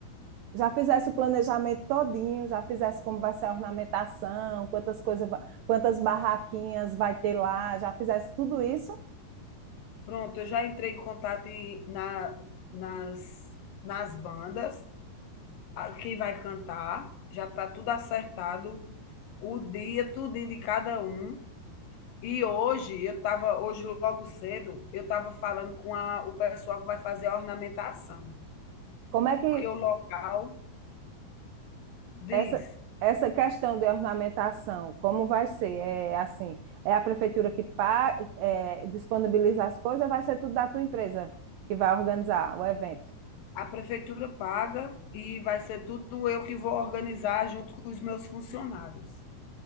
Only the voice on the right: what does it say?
Já fizesse o planejamento todinho, já fizesse como vai ser a ornamentação, quantas coisas, va- quantas barraquinhas vai ter lá, já fizesse tudo isso?
Como é que
essa essa questão de ornamentação, como vai ser? É assim, é a prefeitura que pa, é, disponibiliza as coisas, vai ser tudo da tua empresa que vai organizar o evento.